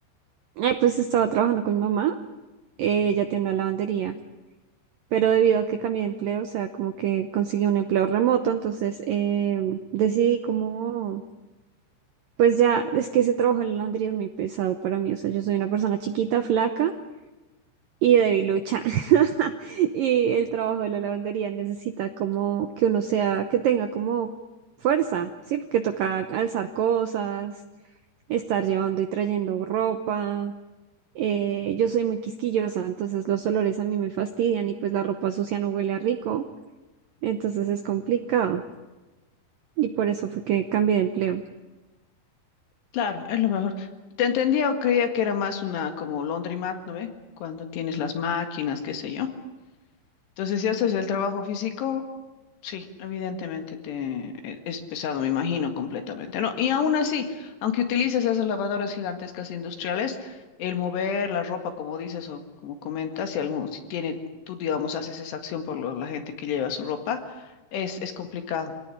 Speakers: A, on the right; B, on the left.
A: Eh, pues estaba trabajando con mi mamá, eh, ella tiene una lavandería, pero debido a que cambié de empleo, o sea, como que conseguí un empleo remoto, entonces eh, decidí como, pues ya, es que ese trabajo en la lavandería es muy pesado para mí, o sea, yo soy una persona chiquita, flaca, y debilucha. <laughs> Y el trabajo de la lavandería necesita como que uno sea, que tenga como fuerza, ¿sí? Porque toca alzar cosas, estar llevando y trayendo ropa. Eh, yo soy muy quisquillosa, entonces los olores a mí me fastidian y pues la ropa sucia no huele a rico, entonces es complicado. Y por eso fue que cambié de empleo.
B: Claro, es lo mejor. Te entendía o creía que era más una como laundromat, ¿no ve? Cuando tienes las máquinas, qué sé yo. Entonces, si haces el trabajo físico, Sí, evidentemente te e- es pesado, me imagino, completamente, ¿no? Y aún así, aunque utilices esas lavadoras gigantescas industriales, el mover la ropa, como dices o como comentas, si algún, si tiene, tú, digamos, haces esa acción por lo- la gente que lleva su ropa, es, es complicado.